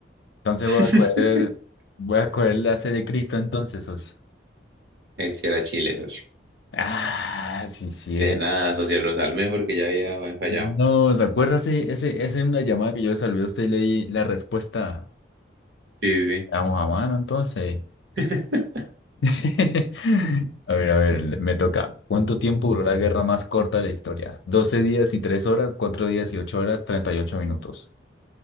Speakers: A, on the left (about 70°); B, on the right (about 65°).
A: Entonces
B: <laughs>
A: voy a coger, voy a coger la C de Cristo entonces, socio.
B: Ese era Chile, socio.
A: Ah, sí, sí.
B: De nada, socio, lo salvé porque ya había fallado.
A: No, ¿se acuerda? Ese, ese, esa es una llamada que yo salvé a usted y le di la respuesta.
B: Sí, sí.
A: Vamos a mano entonces.
B: sí. <laughs>
A: <laughs> A ver, a ver, me toca. ¿Cuánto tiempo duró la guerra más corta de la historia? 12 días y 3 horas, 4 días y 8 horas, 38 minutos.